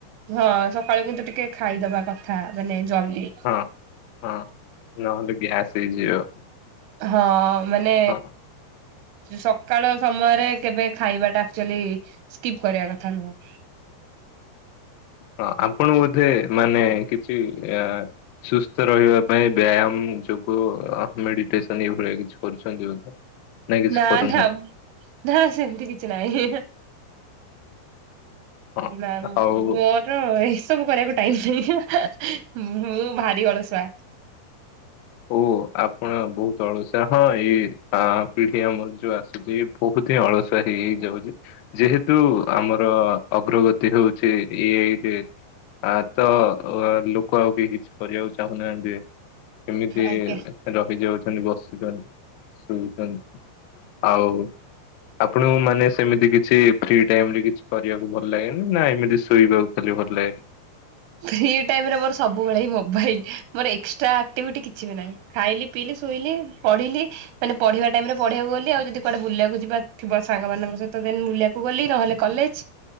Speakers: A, on the right (about 80°); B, on the left (about 85°).
A: ଝ ସକାଳୁ କିନ୍ତୁ ଟିକେ ଖାଇଦବା କଥା ମାନେ ଜଲଦି।
B: ହଁ ହଁ ନହେଲେ ଗ୍ୟାସ୍ ହେଇଯିବ।
A: ହଁ ମାନେ
B: ହଁ।
A: ସକାଳ ସମୟରେ କେବେ ଖାଇବାଟା ଆକଚୁଆଲୀ ସ୍କିପ୍ କରିବା କଥା ନୁହଁ।
B: ହଁ ଆପଣ ବୋଧେ ମାନେ କିଛି ଏ ସୁସ୍ଥ ରହିବା ପାଇଁ ବ୍ୟାୟାମ ଯୋଗୁଁ ମେଡିଟେସନ ଏଭଳିଆ କିଛି କରୁଛନ୍ତି ବୋଧେ? ନାଇଁ କିଛି
A: ନା
B: କରୁନାହାନ୍ତି
A: ନା ନା ସେମିତି କିଛି ନାହିଁ।
B: ହଁ।
A: ନା ମୁଁ।
B: ଆଉ
A: ର ଏସବୁ କରିବାକୁ ଟାଇମି ନାହିଁ ମୁଁ ଭାରି ଅଳସୁଆ।
B: ଓ ଆପଣ ବହୁତୁ ଅଳସୁଆ ହଁ ଏଇ ପା ପିଢି ଆମର ଯୋଉ ଆସୁଛି ବହୁତୁ ହିଁ ଅଳସୁଆ ହେଇ ଯାଇଚ ହୋଉଛି। ଯେହେତୁ ଆମର ଅଗ୍ରଗତି ହଉଛି ଏ ଆ ଇ ରେ। ଆ ତ ଲୋକ ହା କ ଆଉ କେହି କିଛି କରିବାକୁ ଚାହୁଁନାହାନ୍ତି। କେମିତି
A: ଆଜ୍ଞା
B: ରହିଯାଉଛନ୍ତି, ବସୁଛନ୍ତି, ସୋଇଛନ୍ତି। ଆଉ। ଆପଣଙ୍କୁ ମାନେ ସେମିତି କିଛି ଫ୍ରି ଟାଇମରେ କିଛି କରିବାକୁ ଭଲ ଲାଗେନା ନା ଏମିତି ଶୋଇବାକୁ ଖାଲି ଭଲଲାଗେ।
A: ଫ୍ରି ଟାଇମ ରେ ମୋର ସବୁବେଳେ ହିଁ ମୋବାଇଲ ମୋର ଏକ୍ସଟ୍ରା ଆକ୍ଟିଭିଟି କିଛି ବି ନାହିଁ। ଖାଇଲି, ପିଇଲି, ଶୁଇଲି, ପଢିଲି। ମାନେ ପଢିବା ଟାଇମ ରେ ପଢିବାକୁ ଗଲି ଆଉ ଯଦି କୁଆଡେ ବୁଲିବାକୁ ଯିବା ଥିବ ସାଙ୍ଗମାନାନଙ୍କ ସହିତ ଦେନ୍ ବୁଲିବାକୁ ଗୁ ଗଲି ନହେଲେ କଲେଜ